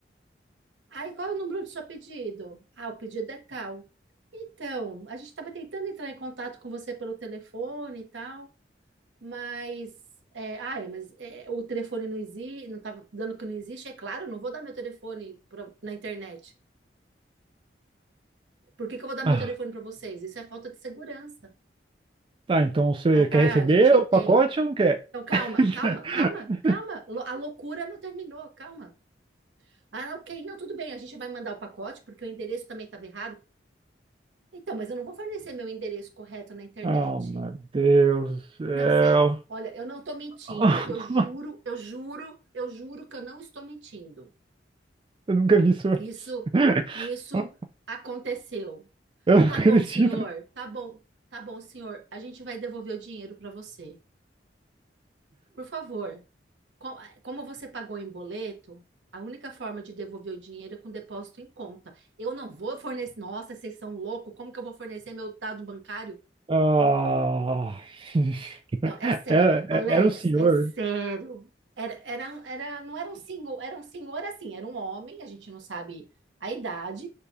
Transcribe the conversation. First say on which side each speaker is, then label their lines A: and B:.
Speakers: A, on the right; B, on the right.
A: Aí qual é o número do seu pedido? Ah, o pedido é tal. Então, a gente estava tentando entrar em contato com você pelo telefone e tal, mas é, ah, é, mas é, o telefone não existe, não estava dando que não existe. É claro, eu não vou dar meu telefone pra- na internet. Por que que eu vou dar
B: Ah,
A: meu telefone
B: ah.
A: para vocês? Isso é falta de segurança.
B: Tá, então você
A: Ah, tá,
B: quer receber
A: a gente entende.
B: o pacote ou não quer?
A: Então, calma,
B: <laughs>
A: calma, calma, calma. Lo- A loucura não terminou, calma. Ah, ok, não, tudo bem, a gente vai mandar o pacote, porque o endereço também estava errado. Então, mas eu não vou fornecer meu endereço correto na internet.
B: Oh, meu Deus do céu.
A: Não, sério, olha, eu não estou mentindo,
B: <laughs>
A: eu juro, eu juro, eu juro que eu não estou mentindo.
B: Eu nunca vi isso antes.
A: Isso,
B: <laughs>
A: isso aconteceu.
B: Eu não
A: Tá
B: acredito.
A: bom, senhor, tá bom, tá bom, senhor, a gente vai devolver o dinheiro para você. Por favor. co- eh, Como você pagou em boleto, a única forma de devolver o dinheiro é com depósito em conta. Eu não vou fornecer. Nossa, vocês são loucos. Como que eu vou fornecer meu dado bancário?
B: Ah, <laughs>
A: Não, é sério.
B: era,
A: Alex,
B: era o senhor.
A: é sério. Era, era, um- era, não era um senhor, era um senhor assim, era um homem, a gente não sabe a idade,